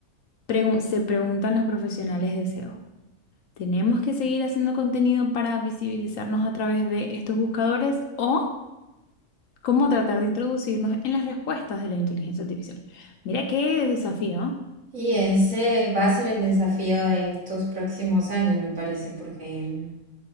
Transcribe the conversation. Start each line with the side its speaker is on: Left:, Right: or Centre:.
Left: pregun- se preguntan los profesionales de SEO. ¿Tenemos que seguir haciendo contenido para visibilizarnos a través de estos buscadores o... cómo tratar de introducirnos en las respuestas de la inteligencia artificial. Mira qué desafío, ¿eh?
Right: Y ese va a ser el desafío de estos próximos años, me parece, porque mm,